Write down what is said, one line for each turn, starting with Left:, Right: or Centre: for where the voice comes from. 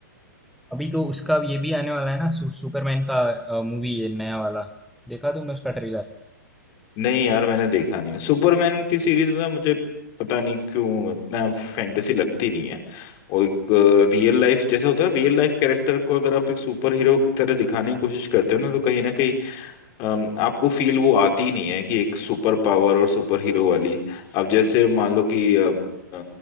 Centre: अभी तो उसका ये भी आने वाला है ना सु, सुपरमैन का मूवी है नया वाला देखा तुमने उसका ट्रेलर
Left: नहीं यार मैंने देखा नहीं है सुपरमैन की सीरीज ना मुझे पता नहीं क्यों इतना फैंटेसी लगती नहीं है और एक रियल लाइफ जैसे होता है रियल लाइफ कैरेक्टर को अगर आप एक सुपर हीरो की तरह दिखाने की कोशिश करते हो ना तो कहीं ना कहीं अम, आपको फील वो आती नहीं है कि एक सुपर पावर और सुपर हीरो वाली अब जैसे मान लो कि अ, अ,